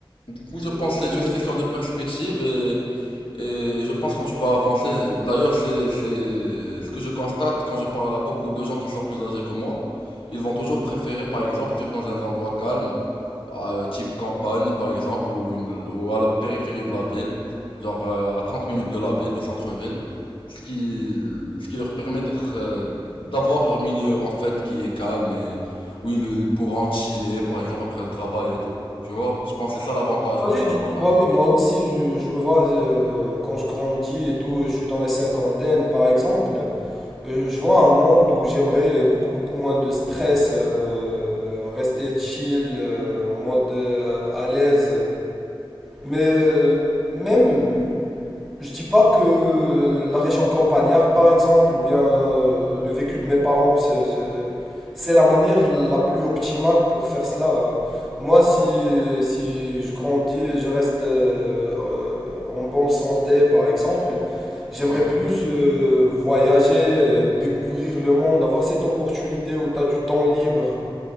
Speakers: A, on the left; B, in the centre.
A: Du coup, je pense
B: Euh,
A: que c'est
B: le
A: juste question de perspective et Et je pense que quand tu vas avancer, d'ailleurs c'est c'est ce que je constate quand je parle à beaucoup de gens qui sont plus âgés que moi, ils vont toujours préférer par exemple vivre dans un endroit calme, euh, type campagne par exemple ou, une, ou à la périphérie de la ville, genre euh, à 30 minutes de la ville, du centre-ville, ce qui ce qui leur permet d'être euh, d'avoir leur milieu en fait qui est calme et où ils, ils pourront chiller par exemple après le travail et tout. Tu vois? Je pense que c'est ça l'avantage,
B: Bah
A: le réel
B: oui,
A: avantage.
B: bah oui, moi aussi, je, je me vois euh, quand je grandis et tout, je suis dans les cinquantaines par exemple, euh, je vois un monde où j'aimerais beaucoup beaucoup moins de stress, euh, rester chill, euh, en mode euh, à l'aise, mais euh, même je dis pas que la région campagnarde, par exemple, ou bien euh, le vécu de mes parents, c'est c'est- c'est la manière la plus optimale pour faire cela. euh. Moi, si, si je grandis et je reste euh, euh, en bonne santé, par exemple, j'aimerais
A: Ouais.
B: plus euh, voyager, euh, découvrir le monde, avoir cette opportunité où tu as du temps libre